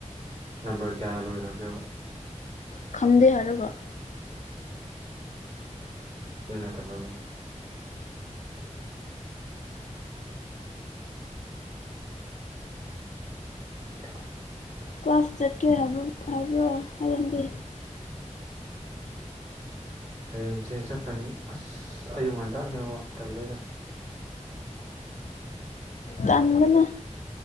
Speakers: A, on the right; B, on the left.
A: ꯅꯝꯕꯔ ꯀꯌꯥ ꯂꯣꯏꯈ꯭ꯔꯒꯦꯕ
B: ꯈꯪꯗꯦ ꯍꯥꯏꯔꯕ
A: ꯀꯠꯇ ꯍꯒ <inaudible>
B: ꯀ꯭ꯂꯥꯁ ꯆꯠꯀꯦ ꯍꯥꯏꯕ ꯍꯥꯏꯕ꯭ꯔꯣ ꯍꯌꯦꯡꯗꯤ
A: ꯍꯌꯦꯡꯁꯦ ꯆꯠꯀꯅꯤ ꯑꯁ ꯑꯌꯨꯛ ꯉꯟꯇꯥꯛꯅꯦ ꯇꯜꯂꯦꯗ
B: ꯇꯝꯗꯅ